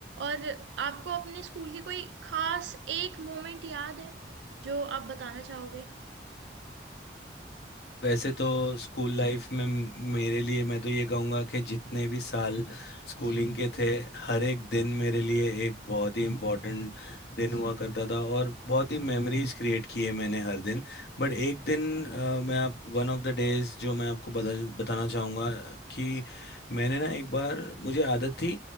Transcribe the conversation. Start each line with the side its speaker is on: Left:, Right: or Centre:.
Right: और आपको अपने स्कूल की कोई खास एक मोमेंट याद है जो आप बताना चाहोगे
Left: वैसे तो स्कूल लाइफ में म- मेरे लिए मैं तो ये कहूँगा कि जितने भी साल स्कूलिंग के थे हर एक दिन मेरे लिए एक बहुत ही इम्पोर्टेंट दिन हुआ करता था और बहुत ही मेमोरीज क्रिएट किए मैंने हर दिन बट एक दिन अ, मैं आप वन ऑफ द डेज जो मैं आपको बता बताना चाहूँगा कि मैंने ना एक बार मुझे आदत थी